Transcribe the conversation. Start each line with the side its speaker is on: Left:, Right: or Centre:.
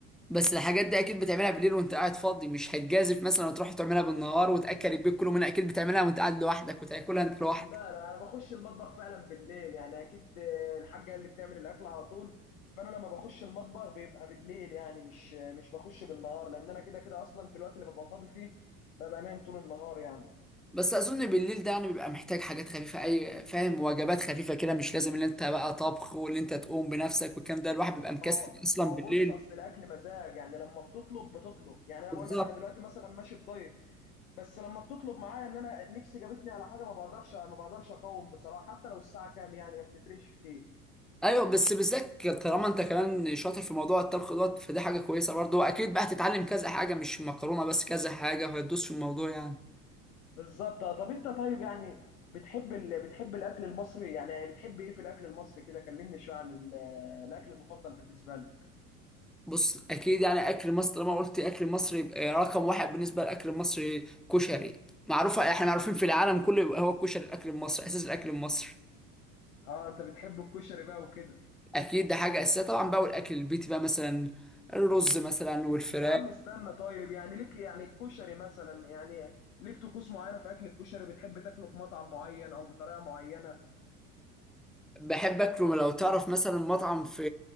Centre: بس الحاجات دي اكيد بتعملها بالليل وانت قاعد فاضي مش هتجازف مثلا وتروح تعملها بالنهار وتاكل البيت كله منها اكيد بتعملها وانت قاعد لوحدك وتاكلها انت لوحدك
Left: لا لا انا بخش المطبخ فعلا بالليل يعني اكيد آه، الحاجه اللي بتعمل الاكل على طول فانا لما بخش المطبخ بيبقى بالليل يعني مش مش بخش بالنهار لان انا كده كده اصلا في الوقت اللي ببقى فاضي فيه ببقى نايم طول النهار يعني
Centre: بس اظن بالليل ده يعني بيبقى محتاج حاجات خفيفه اي فاهم وجبات خفيفه كده مش لازم ان انت بقى طبخ وان انت تقوم بنفسك والكلام ده الواحد بيبقى مكسل
Left: ما هو
Centre: اصلا
Left: ما هو
Centre: بالليل
Left: بص اصل الاكل مزاج يعني لما بتطلب بتطلب يعني انا
Centre: بالظبط
Left: بقول لك انا دلوقتي مثلا ماشي بدايت بس لما بتطلب معايا ان انا نفسي جابتني على حاجه ما بقدرش ما بقدرش اقاوم بصراحه حتى لو الساعه كام يعني ما بتفرقش كتير
Centre: ايوه بس بالذات طالما انت كمان شاطر في موضوع الطبخ دوت فدي حاجه كويسه برضه واكيد بقى هتتعلم كذا حاجه مش مكرونه بس كذا حاجه فهتدوس في الموضوع يعني
Left: بالظبط آه، طب انت طيب يعني بتحب ال... بتحب الاكل المصري يعني بتحب ايه في الاكل المصري كده كلمني شويه عن ال... الاكل المفضل بالنسبه لك
Centre: بص اكيد يعني اكل مصر لما قلت اكل مصر يبقى رقم واحد بالنسبه للاكل المصري كشري معروفه احنا معروفين في العالم كله يبقى هو الكشري الاكل المصري اساس الاكل المصري
Left: اه انت بتحب الكشري بقى وكده
Centre: اكيد ده حاجه اساسيه طبعا بقى والاكل البيتي بقى مثلا الرز مثلا والفراخ
Left: يا عم استنى طيب يعني ليك يعني الكشري مثلا يعني ليك طقوس معينه في اكل الكشري بتحب تاكله في مطعم معين او بطريقه معينه
Centre: بحب اكله لو تعرف مثلا مطعم في